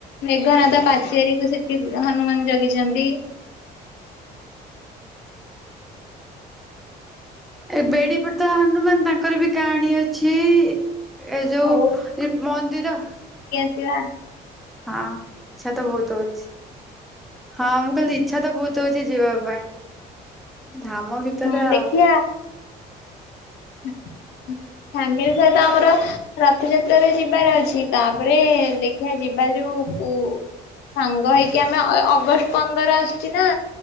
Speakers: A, on the left; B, in the centre.
A: ମେଘାନାଦ ପା ଚେରିକୁ ସେଠି ହନୁମାନ ଜଗିଚନ୍ତି।
B: ଏ ବେଡି ପଟେ ତ ହନୁମାନ ତାଙ୍କର ବି କାହାଣୀ ଅଛି। ଏ ଯୋଉ
A: ହଉ
B: ଏଇ ମନ୍ଦିର
A: କିବା
B: ହଁ ଇଛା ତ ବୋହୁତ ହୋଉଚି ହଁ ମୁଁ କହିଲି ଇ ଇଛା ତ ବୋହୁତ ହୋଉଚି ଯିବା ପାଇଁ ଧାମ ଭିତରେ
A: ହଁ
B: ଆଉ।
A: ଦେଖିବା <unintelligible> ଫ୍ୟାମିଲି ସହିତ ଆମର ରଥଯାତ୍ରାରେ ଯିବାର ଅଛି ତାପରେ ଦେଖିବା ଯିବା ଯୋଉ ପୁ ସାଙ୍ଗ ହେଇକି ଆମେ ଅ-ଅଗଷ୍ଟ ପନ୍ଦର ଆସଚି ନା